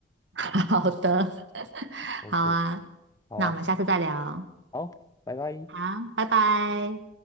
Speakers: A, on the right; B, on the left.
A: <laughs> 好的，<laughs>
B: OK，
A: 好啊。
B: 好啊，
A: 那我们下次再聊。
B: 好，拜拜。
A: 好，拜拜。